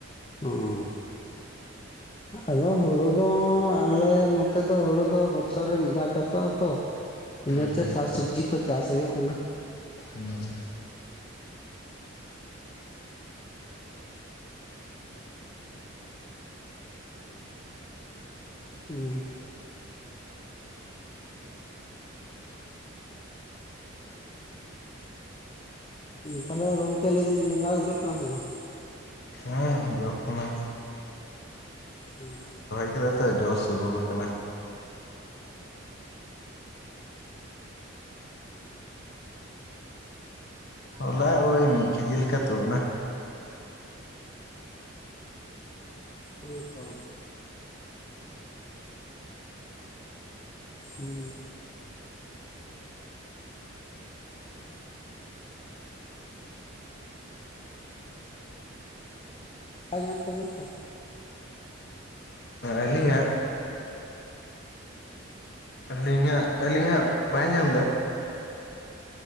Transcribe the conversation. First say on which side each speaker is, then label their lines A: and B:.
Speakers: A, on the left (about 25°); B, on the left (about 55°).
A: ᱩ ᱦᱩᱸ ᱟᱫᱚ ᱦᱩᱲᱩ ᱫᱚ ᱟᱞᱮ ᱱᱚᱛᱮ ᱫᱚ ᱦᱩᱲᱩ ᱫᱚ ᱵᱚᱪᱷᱚᱨ ᱨᱮ ᱢᱤᱫ ᱫᱷᱟᱣ ᱪᱟᱥᱚᱜ-ᱟ ᱛᱚ ᱤᱱᱟᱹᱛᱮ
B: ᱦᱩᱸ
A: ᱥᱟᱠ ᱥᱚᱵᱽᱡᱤ ᱠᱚ ᱪᱟᱥ‌ ᱦᱩᱭᱩᱜ ᱠᱟᱱᱟ
B: ᱦᱩᱸ ᱦᱩᱸ
A: ᱦᱩᱸ ᱛᱟᱞᱦᱮ ᱜᱚᱝᱠᱮ ᱞᱟᱹᱭ ᱫᱟᱞᱤᱧ ᱵᱮᱸᱜᱟᱲ ᱫᱚ ᱡᱚᱜ ᱠᱟᱱᱟ ᱥᱮ ᱵᱟᱝ
B: ᱦᱮᱸ ᱡᱚᱜ ᱠᱟᱱᱟ
A: ᱦᱮᱸ
B: ᱪᱮᱫᱟᱜ ᱥᱮ ᱡᱚᱥ ᱥᱩᱨᱩᱣᱟᱠᱟᱱᱟ ᱦᱚᱞᱟ ᱳᱭ ᱢᱤᱫ ᱠᱮᱡᱤ ᱞᱮᱠᱟ ᱛᱩᱫ ᱮᱱᱟ
A: ᱦᱮᱸᱛᱚ ᱦᱩᱸ ᱟᱡ ᱧᱟᱢᱟᱜ ᱛᱟᱵᱤᱱ ᱛᱚ
B: ᱟᱹᱞᱤᱧᱟᱜ ᱟᱹᱞᱤᱧᱟᱜ ᱟᱹᱞᱤᱧᱟᱜ ᱵᱟᱭ ᱧᱟᱢ ᱮᱫᱟ